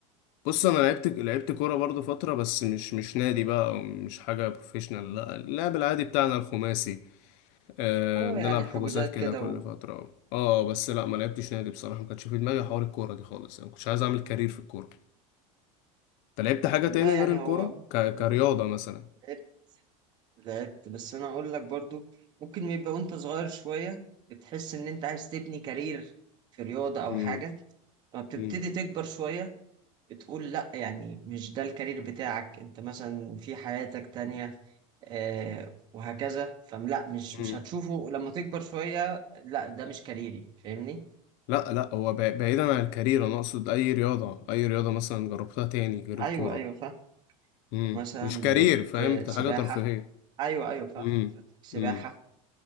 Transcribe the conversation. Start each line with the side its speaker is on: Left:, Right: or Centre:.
Left: بص انا لعبت لعبت كوره برضو فتره بس مش مش نادي بقى أو مش حاجه بروفيشنال لا اللعب العادي بتاعنا الخماسي أه
Right: اه
Left: بنلعب
Right: يعني حجوزات
Left: حجوزات كده
Right: كده
Left: كل
Right: و...
Left: فتره اه بس لا ما لعبتش نادي بصراحه ما كانش في دماغي حوار الكوره دي خالص انا ما كنتش عايز اعمل كارير في الكوره انت لعبت حاجه
Right: والله
Left: تاني
Right: يعني
Left: غير الكوره
Right: هو ممكن
Left: ك... كرياضه مثلا
Right: لعبت لعبت بس انا اقول لك برضو ممكن يبقى وانت صغير شوية بتحس ان انت عايز تبني كارير في رياضة او
Left: امم
Right: حاجة لما بتبتدي
Left: امم
Right: تكبر شوية بتقول لا يعني مش ده الكارير بتاعك انت مثلا في حياتك تانية آه وهكذا فلا مش
Left: امم
Right: مش هتشوفه لما تكبر شوية لا ده مش كاريري فاهمني
Left: لا لا هو بع- بعيدا عن الكارير انا اقصد اي رياضه اي رياضه مثلا جربتها تاني غير الكوره
Right: ايوه ايوه فاهم
Left: امم
Right: مثلا
Left: مش كارير
Right: لقيت
Left: فهمت
Right: آه، سباحة
Left: حاجه ترفيهيه
Right: أيوه أيوه فاهم
Left: امم
Right: سباحة
Left: امم